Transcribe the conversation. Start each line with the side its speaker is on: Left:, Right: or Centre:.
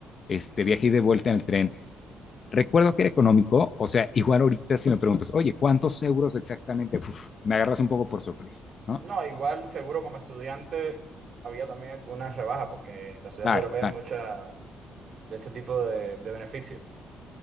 Left: este viaje y de vuelta en el tren Recuerdo que era económico, o sea, igual ahorita si me preguntas, oye, ¿cuántos euros exactamente? Uf, me agarras un poco por sorpresa, ¿no?
Right: No, igual seguro como estudiante había también algunas rebajas porque en las ciudades
Left: Claro,
Right: europeas
Left: claro,
Right: hay muchas de ese tipo de, de beneficios.